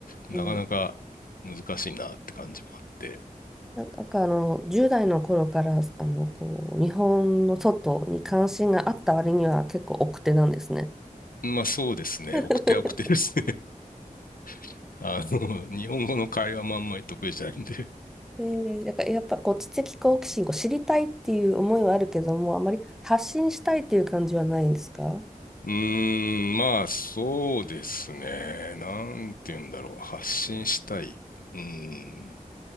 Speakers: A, on the left; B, in the centre.
A: なかなか難しいなって感じもあって。
B: ん。なんかあの10代の頃からあのこう日本の外に関心があった割には結構奥手なんですね。
A: まあそうですね、
B: <laughs>
A: 奥手は奥手ですね。<laughs> あの、日本語の会話もあんまり得意じゃないんで。
B: で、だからやっぱこう知的好奇心を知りたいっていう思いはあるけども、あまり発信したいっていう感じはないんですか
A: うーん、まあそうですね、なんて言うんだろう、発信したい。うーん、